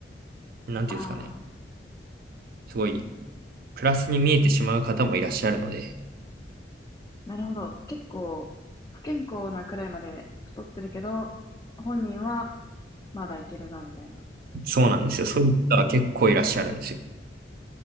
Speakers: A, on the right; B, on the left.
A: んなんていうんですかね。
B: あー。
A: すごい、プラスに見えてしまう方もいらっしゃるので、
B: なるほど。結構、不健康なくらいまで太ってるけど、本人はまだいけるな、みたいな。
A: そうなんですよ。そういう方は結構いらっしゃるんですよ。